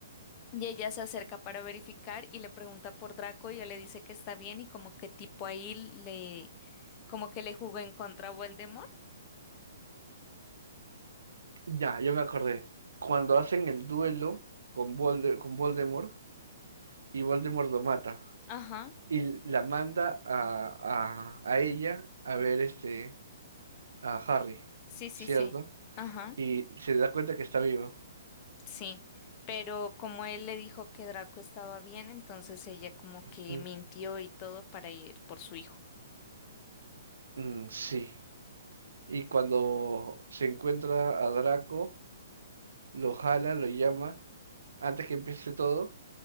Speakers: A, on the left (about 35°); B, on the right (about 75°).
A: y ella se acerca para verificar y le pregunta por Draco y ella le dice que está bien y como que tipo ahí le como que le jugó en contra a Voldemort
B: Ya, ya me acordé. Cuando hacen el duelo con, Volde- con Voldemort y Voldemort lo mata
A: ajá
B: y la manda a, a, a ella a ver este a Harry,
A: sí sí
B: ¿cierto?
A: sí ajá
B: y se da cuenta que está vivo.
A: sí pero como él le dijo que Draco estaba bien entonces ella como
B: Ujú.
A: que mintió y todo para ir por su hijo
B: Mm, sí. Y cuando se encuentra a Draco, lo jala, lo llama, antes que empiece todo,